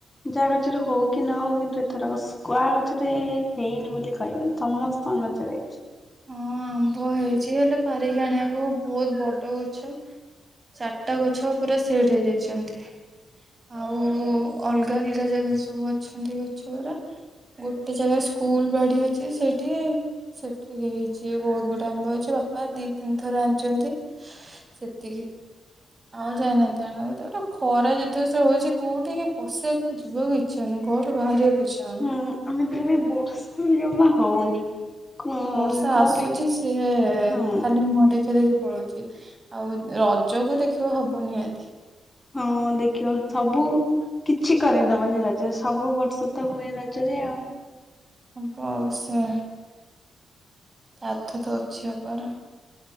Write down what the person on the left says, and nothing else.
ଯାହା ଗଛରେ ହଉ କି ନ ହଉ କିନ୍ତୁ ଏଥର ବସ କୁହା ଗଛରେ ହେ ହେଇନି ବୋଲି କହିବନି ସମସ୍ତଙ୍କ ଗଛରେ ହେଇଛି।
ହଁ ଆମେ ତ ଇଆଡ଼େ ବର୍ଷା ବି ଜମା ହଉନି। କଣ
କଣ
ପାଇଁ କେ
ହଁ
ହଁ ଦେଖିବ ସବୁ କିଛି କରେଇ ଦବନି ରଜରେ ସବୁ ବର୍ଷ ତ ହୁଏ ରଜରେ ଆଉ।